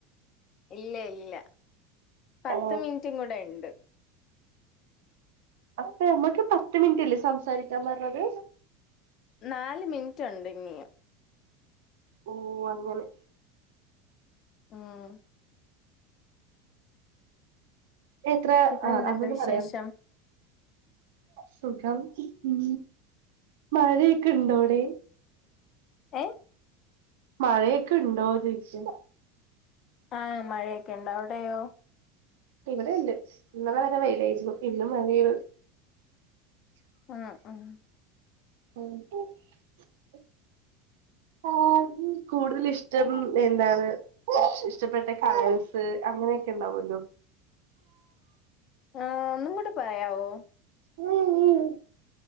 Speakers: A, on the left; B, on the right.
A: ഇല്ല ഇല്ല, പത്ത്
B: ഓ
A: മിനിറ്റും കൂടെ ഇണ്ട്.
B: അപ്പൊ മ്മക്ക് പത്ത് മിനിറ്റല്ലേ സംസാരിക്കാൻ പറഞ്ഞത്.
A: നാല് മിനിറ്റ് ഉണ്ട് ഇനിയും.
B: ഓ അങ്ങനെ
A: ആഹ്
B: എത്ര
A: പിന്നെ എന്തുണ്ട്
B: അതൊന്ന്
A: വിശേഷം
B: പറയാം സുഖം ഉം മഴയൊക്കെ ഉണ്ടോടെ
A: ഏഹ്
B: മഴയൊക്കെ ഉണ്ടോന്ന് ചോദിച്ചേ
A: ആഹ് മഴയൊക്കെ ഉണ്ട് അവിടെയോ?
B: ഇവിടെയുണ്ട് ഇന്നലെ വരെ വെയിലായിരുന്നു ഇന്ന് മഴയാണ്.
A: ആഹ് ആഹ്
B: <unintelligible> ആ <unintelligible> കൂടുതൽ ഇഷ്ടം എന്താണ്? ഇഷ്ടപ്പെട്ട കളേഴ്സ്. അങ്ങനെയൊക്കെ ഉണ്ടാവല്ലോ
A: ആ ഒന്നും കൂടെ പറയാവോ
B: ഉം ഉം ഉം